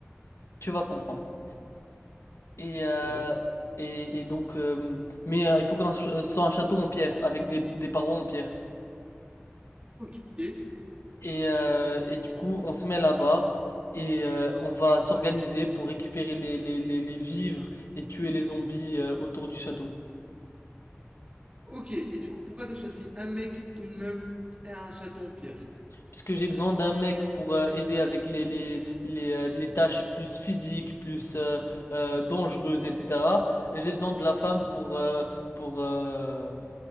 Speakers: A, on the left; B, on the right.
A: Tu vas comprendre. Et, euh,
B: Vas-y.
A: et, et donc, euh, mais euh, il faut qu'on ch- euh, soit un château en pierre, avec des, des parois en pierre.
B: Ok.
A: Et, euh, et du coup, on se met là-bas et euh, on va s'organiser pour récupérer les, les, les, les vivres et tuer les zombies euh, autour du château.
B: Ok. Et du coup, pourquoi t'as choisi un mec, une meuf et un château en pierre?
A: Parce que j'ai besoin d'un mec pour euh, aider avec les, les, les, euh, les tâches plus physiques, plus euh, euh, dangereuses, etc. Et j'ai besoin de la femme pour, euh, pour, euh,